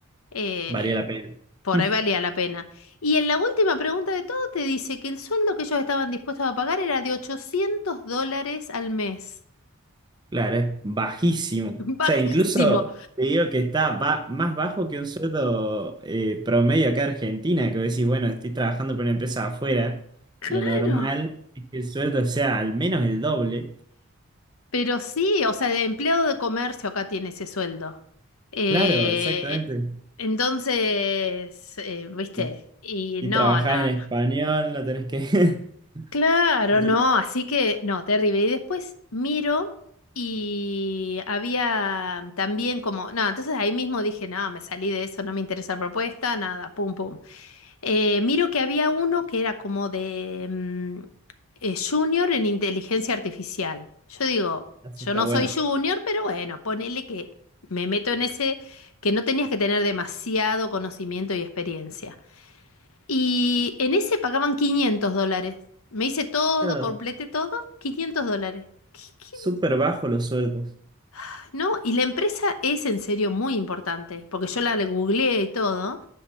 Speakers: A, on the left; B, on the right.
A: eh,
B: Valía la pena.
A: por
B: <laughs>
A: ahí valía la pena. Y en la última pregunta de todo te dice que el sueldo que ellos estaban dispuestos a pagar era de 800 dólares al mes.
B: Claro, es bajísimo. O
A: <laughs> Bajísimo,
B: sea, incluso te digo que está ba- más bajo que un sueldo eh, promedio acá en Argentina, que vos decís, bueno, estoy trabajando para una empresa afuera,
A: claro.
B: lo normal es que el sueldo sea al menos el doble.
A: Pero sí, o sea, de empleado de comercio acá tiene ese sueldo. Eh,
B: Claro, exactamente.
A: entonces, eh, viste,
B: Y,
A: y
B: y
A: no,
B: trabajás
A: no,
B: en español,
A: no.
B: no tenés que... <laughs>
A: Claro,
B: No tenés-
A: no, así que, no, terrible. Y después miro y había también como, no, entonces ahí mismo dije, no, me salí de eso, no me interesa la propuesta, nada, pum, pum. Eh, miro que había uno que era como de mm, eh, junior en inteligencia artificial. Yo digo,
B: Eso
A: yo
B: está
A: no
B: bueno.
A: soy junior, pero bueno, ponele que me meto en ese que no tenías que tener demasiado conocimiento y experiencia. Y en ese pagaban 500 dólares. Me hice todo,
B: Claro,
A: completé todo, 500 dólares. ¿Qué- qué?
B: súper bajo los sueldos.
A: Ay, No, y la empresa es en serio muy importante, porque yo la googleé y todo,